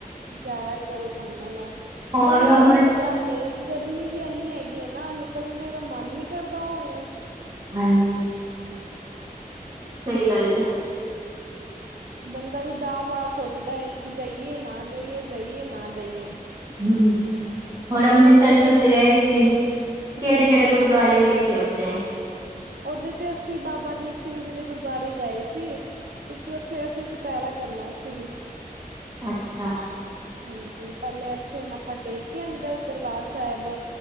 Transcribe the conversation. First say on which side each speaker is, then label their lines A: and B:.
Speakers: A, on the right; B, on the right.
A: ਜਾਇਆ ਕਰੋ ਘੁੰਮਣ ਨਾਲ
B: ਹੋਰ
A: ਪਰ ਇਹ
B: ਅੰਮ੍ਰਿਤ
A: ਇੱਕ ਗੱਲ ਗਰਮੀ ਵੀ ਇੰਨੀ ਹੈਗੀ ਹੈ ਨਾ ਨਿਕਲਣੇ ਦਾ ਮਨ ਹੀ ਨੀ ਕਰਦਾ ਹੁਣ
B: ਹਾਂਜੀ ਸਹੀ ਗੱਲ ਹੈ
A: ਬੰਦਾ ਵੀ ਦਾ ਵਾਰ ਸੋਚਦਾ ਹੈ ਕਿ ਜਾਈਏ ਨਾ ਜਾਈਏ ਜਾਈਏ ਨਾ ਜਾਈਏ
B: ਹਮ ਹੋਰ ਅੰਮ੍ਰਿਤਸਰ
A: ਤੇ ਹੁਣ ਤੇ
B: ਚ
A: ਕੋਈ
B: ਅਸੀਂ ਗਏ ਸੀ ਕਿਹੜੇ
A: ਹਾਂਜੀ
B: ਕਿਹੜੇ ਗੁਰਦੁਆਰੇ ਵੇਖੇ ਉਓਦੇ
A: ਓਦੇ ਤੇ ਅਸੀਂ ਬਾਬਾ ਦੀਪ ਸਿੰਘ ਜੀ ਦੇ ਗੁਰਦੁਆਰੇ ਗਏ ਸੀ ਕਿਉਂਕਿ ਉੱਥੇ ਅਸੀਂ ਚਓਪਹਿਰਾ ਕਰਨਾ ਸੀ
B: ਅੱਛਾ
A: ਹਾਂਜੀ ਪਹਿਲੇ ਇੱਥੇ ਮੱਥਾ ਟੇਕ ਕੇ ਅੰਦਰ ਦਰਬਾਰ ਸਾਹਿਬ